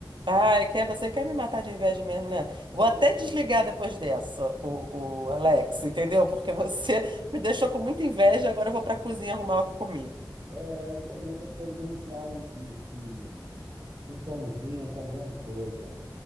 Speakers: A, on the right (about 80°); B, on the right (about 60°).
A: Ai, quer, você quer me matar de inveja mesmo, né?
B: É,
A: Vou até desligar depois dessa, o, o Alex, entendeu? Porque você <laughs> me deixou com muita inveja agora eu vou pra cozinha arrumar o que comer.
B: é, eu também vou providenciar um, um, um um pãozinho com alguma coisa.